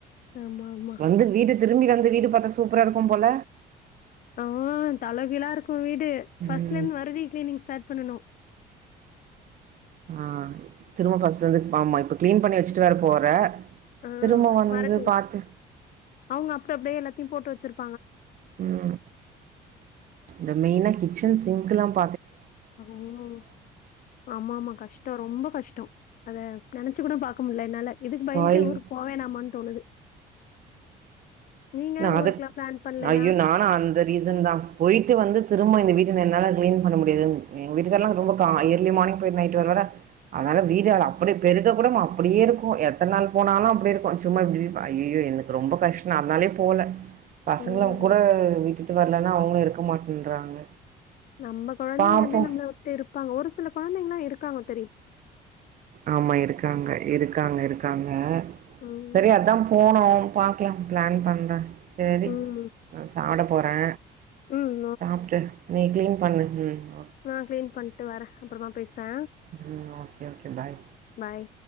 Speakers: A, on the left; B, on the right.
A: ஆமா ஆமா.
B: வந்து வீடு திரும்பி வந்து வீடு பாத்தா சூப்ரா இருக்கும் போல
A: ஆ தலகீழா இருக் ஊ வீடு
B: ம்
A: ஃபர்ஸ்ட்லந்து மறுபடி க்ளீனிங் ஸ்டார்ட் பண்ணணு
B: ஆ திரும்ப ஃபர்ஸ்ட்லந்து ஆமா இப்ப கீளீன் பண்ணி வெச்சிட்டு வேற போற
A: அ
B: திரும்ப வந்து
A: மறட்டி
B: பாத்து
A: அவுங்க அப்டு அப்டியே எல்லாத்தியு போட்டு வெச்சிருப்
B: ம் இந்த மெயினா கிச்சன் சிங்க்குல்லாம்
A: ஹம் ஆமாமா கஷ்டோ ரொம்ப கஷ்டோ அத நெனச்சு கூட பாக்க முட்ல என்னால இதுக்கு
B: ஸ்பாயில்
A: பயந்துட்டே ஊருக்கு போவேணாம்மா தோணுது நீங்க
B: <unintelligible>
A: ஊருக்குலாம்
B: <inaudible>
A: பிளான் பண்ணலையா?
B: ஐயோ நானா அந்த ரீசன் தா போயிட்டு வந்து சும்மா இந்த வீட்ட என்னால கிளீன் பண்ண முடியாது எங்க வீட்டுக்கார்லா ரொம்ப இயர்லி மார்னிங் போய் நைட் வர வர அதனால வீடு அப்படி பெருக கூட அப்டியேருக்கு எத்தன் நாள் போனாலு அப்படி இருக்கும் சும்மா இப்படி ஐயிய்யோ எனக்கு ரொம்ப கஷ்டோ அதனாலே ப் போல பசங்ளா
A: ம்.
B: கூட வீட்டு வரலன்னா அவுங்ளு இருக்க மாட்டேன்றாங்க
A: நம்ம கொழந்தைங்க
B: பாப்போ
A: எப்டி நம்மள விட்டுருப்பாங்க ஒரு சில கொழந்தைங்ல்லா இருக் <unintelligible>
B: ஆமா இருக்காங்க இருக்காங்க இருக்காங்க
A: ம்.
B: சேரி அதா போனோ பாக்லா பிளான் பண்றே சேரி
A: ம்.
B: <unintelligible> போறே
A: ம்.
B: சாப்ட்டே <unintelligible> பண்ணு உம்
A: ஆஹ் க்ளீன் பண்ட்டு வரே அப்றோமா பேசுரே
B: ம் ஓகே ஓகே பாய்
A: பாய்